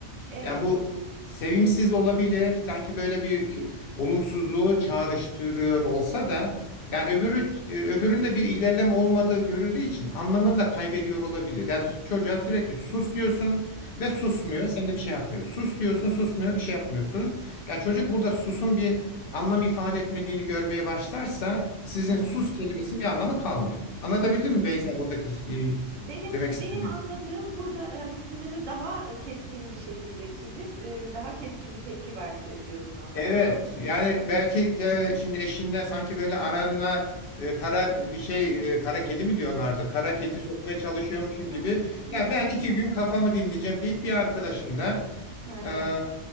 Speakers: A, on the right; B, on the left.
A: Evet.
B: Yani bu sevimsiz olabilir. Sanki böyle bir kü- olumsuzluğu çağrıştırıyor olsa da yani öbürü öbüründe bir ilerleme olmadığı görüldüğü için anlamını da kaybediyor olabilir. Yani s- çocuğa sürekli sus diyorsun ve
A: Hı
B: susmuyor.
A: hı.
B: Sen de bir şey yapmıyorsun. Sus diyorsun, susmuyor, bir şey yapmıyorsun. Ya çocuk burada susun bir anlam ifade etmediğini görmeye başlarsa sizin
A: Hı hı.
B: sus kelimesinin bir anlamı kalmıyor. Anlatabildim mi Beyza buradaki e,
A: Benim
B: demek istediğim?
A: benim anladığım burada, hani, sınırı daha, e, keskin bir şekilde çizip, eee, daha keskin bir tepki ver, eee, diyorsun aslında,
B: Evet
A: değil mi?
B: yani belki e, şimdi eşinle sanki böyle aranla e, kara bir şey e, kara kedi mi diyorlardı? Kara kedi sokmaya çalışıyormuşum
A: <laughs>
B: gibi.
A: Yok.
B: Ya ben iki gün kafamı dinleyeceğim deyip bir arkadaşın da
A: Hı hı.
B: ee,